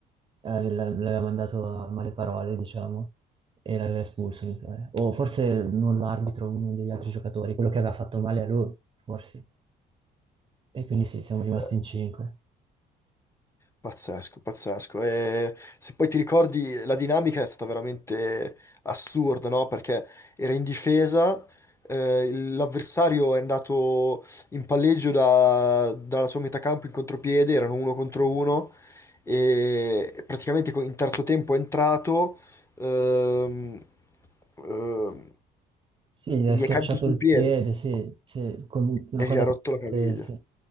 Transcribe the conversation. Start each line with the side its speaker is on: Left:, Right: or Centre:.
Right: eh, l- l'aveva mandato a male parole, diciamo, e l'aveva espulso, mi pare. O forse non l'arbitro, uno degli altri giocatori, quello che aveva fatto male a lui, forse. E quindi sì, siamo rimasti
Left: eh,
Right: in cinque.
Left: sì. Pazzesco, pazzesco. E se poi ti ricordi, la dinamica è stata veramente assurda, no? Perché era in difesa, eh, l'avversario è andato in palleggio da- dalla sua metà campo in contropiede, erano uno contro uno, e praticamente co- in terzo tempo è entrato, ehm, ehm,
Right: Sì, gli ha
Left: e gli
Right: schiacciato
Left: è caduto sul
Right: il
Left: piede
Right: piede, sì, sì, con una
Left: e
Right: cosa
Left: gli ha rotto la caviglia.
Right: eh, sì,